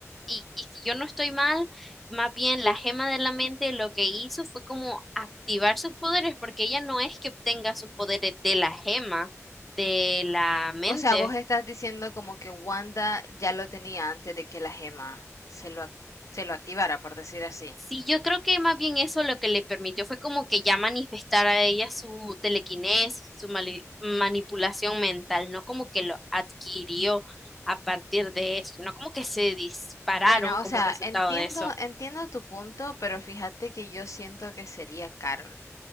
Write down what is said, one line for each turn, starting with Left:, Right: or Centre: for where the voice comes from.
Centre: Y, y si yo no estoy mal, más bien la gema de la mente lo que hizo fue como activar sus poderes, porque ella no es que obtenga sus poderes de la gema de la mente,
Left: O sea, vos estás diciendo como que Wanda ya lo tenía antes de que la gema se lo, ac- se lo activara, por decir así.
Centre: Sí, yo creo que más bien eso lo que le permitió fue como que ya manifestar a ella su telequinesis, su mali- manipulación mental, no como que lo adquirió a partir de eso, no como que se dispararon
Left: Bueno,
Centre: como
Left: o sea,
Centre: resultado
Left: entiendo,
Centre: de eso.
Left: entiendo tu punto, pero fíjate que yo siento que sería Carol,